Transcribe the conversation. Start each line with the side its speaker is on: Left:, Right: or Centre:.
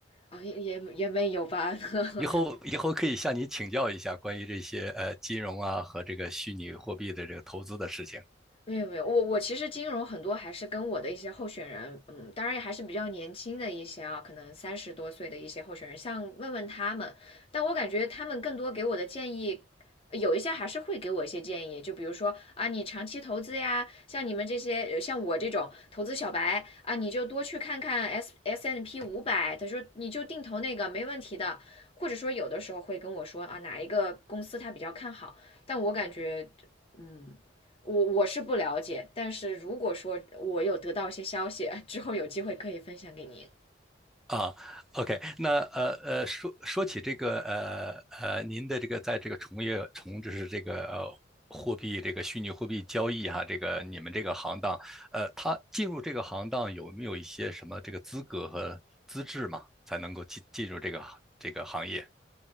Left: 啊，也也也没有吧，<laughs>
Centre: 以后以后可以向你请教一下关于这些呃金融啊和这个虚拟货币的这个投资的事情
Left: 没有没有，我我其实金融很多还是跟我的一些候选人，嗯，当然也还是比较年轻的一些啊，可能三十多岁的一些候选人，像问问他们，但我感觉他们更多给我的建议，有一些还是会给我一些建议，就比如说啊，你长期投资呀，像你们这些呃像我这种投资小白啊，你就多去看看 S S N P 五百，他说你就定投那个没问题的，或者说有的时候会跟我说啊，哪一个公司他比较看好，但我感觉。嗯，我我是不了解，但是如果说我有得到一些消息 <laughs> 之后，有机会可以分享给您。
Centre: 啊。OK，那呃呃说说起这个呃呃您的这个在这个从业从就是这个呃货币这个虚拟货币交易哈、这个你们这个行当，呃，他进入这个行当有没有一些什么这个资格和资质嘛，才能够进进入这个这个行业？